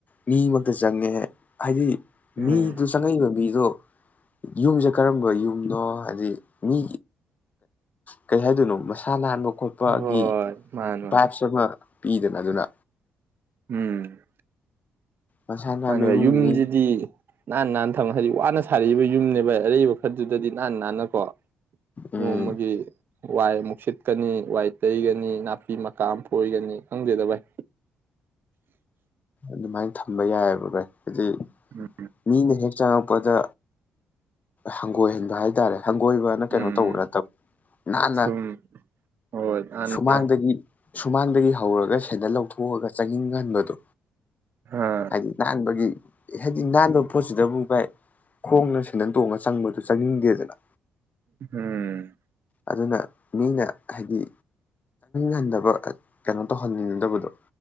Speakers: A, on the left; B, on the right.
A: ꯃꯤꯃꯛꯇ ꯆꯪꯉꯦ ꯍꯥꯏꯗꯤ
B: ꯎꯝ
A: ꯃꯤꯗꯨ ꯆꯪꯉꯛꯏꯕ ꯃꯤꯗꯣ ꯌꯨꯝꯖꯦ ꯀꯔꯝꯕ ꯌꯨꯝꯅꯣ ꯍꯥꯏꯗꯤ ꯃꯤ ꯀꯩ ꯍꯥꯏꯗꯣꯏꯅꯣ ꯃꯁꯥ ꯅꯥꯟꯕ ꯈꯣꯠꯄꯥꯒꯤ
B: ꯍꯣꯏ ꯃꯥꯅꯤ
A: ꯚꯥꯏꯞꯁ
B: ꯃꯥꯅꯤ
A: ꯑꯃ ꯄꯤꯗꯅꯗꯨꯅ
B: ꯎꯝ
A: ꯃꯁꯥ ꯅꯥꯟꯕ
B: ꯃꯥꯅꯦ
A: ꯏꯃꯨꯡꯅꯤ
B: ꯚꯥꯏ ꯌꯨꯝꯖꯤꯗꯤ ꯅꯥꯟꯅ ꯅꯥꯟꯅ ꯊꯝꯃ ꯍꯥꯏꯗꯤ ꯋꯥꯅ ꯁꯥꯔꯛꯏꯕ ꯌꯨꯝꯅꯦꯕ ꯑꯔꯩꯕ ꯈꯔꯗꯨꯗꯗꯤ ꯅꯥꯟꯅ ꯅꯥꯟꯅꯀꯣ
A: ꯎꯝ
B: ꯅꯣꯡꯃꯒꯤ ꯋꯥꯏ ꯑꯃꯨꯛ ꯁꯤꯠꯀꯅꯤ ꯋꯥꯏ ꯇꯩꯒꯅꯤ ꯅꯥꯄꯤ ꯃꯀꯥ ꯑꯝ ꯐꯣꯏꯒꯅꯤ ꯈꯪꯗꯦꯗ ꯚꯥꯢ
A: ꯑꯗꯨꯃꯥꯏꯅ ꯊꯝꯕ ꯌꯥꯏꯑꯦꯕ ꯚꯥꯢ ꯍꯥꯏꯗꯤ
B: ꯎꯝ
A: ꯃꯤꯅ ꯍꯦꯛ ꯆꯪꯉꯛꯄꯗ ꯍꯪꯒꯣꯏꯍꯟꯕ ꯍꯥꯏꯇꯥꯔꯦ ꯍꯪꯒꯣꯏꯕꯅ ꯀꯩꯅꯣ
B: ꯎꯝ
A: ꯇꯧꯕ ꯅꯠꯇꯕ ꯅꯥꯟꯅ
B: ꯁꯨꯝ ꯍꯣꯏ ꯅꯥꯟꯅ
A: ꯁꯨꯃꯥꯡꯗꯒꯤ ꯁꯨꯃꯥꯡꯗꯒꯤ ꯍꯧꯔꯒ ꯁꯦꯟꯗꯜ ꯂꯧꯊꯣꯛꯑꯒ ꯆꯪ ꯆꯪꯅꯤꯡꯍꯟꯕꯗꯣ
B: ꯑꯥ
A: ꯍꯥꯏꯗꯤ ꯅꯥꯟꯕꯒꯤ ꯍꯥꯏꯗꯤ ꯅꯥꯟꯕ ꯄꯣꯠꯁꯤꯗꯕꯨ ꯚꯥꯏ ꯈꯣꯡꯅ ꯁꯦꯟꯗꯟ ꯇꯣꯡꯉꯥ ꯆꯪꯕꯗꯨ ꯆꯪꯅꯤꯡꯗꯦꯗꯅ
B: ꯎꯝ
A: ꯑꯗꯨꯅ ꯃꯤꯅ ꯍꯥꯏꯗꯤ ꯍꯟꯗꯕ ꯀꯩꯅꯣ ꯇꯧꯍꯟꯅꯤꯡꯗꯕꯗꯣ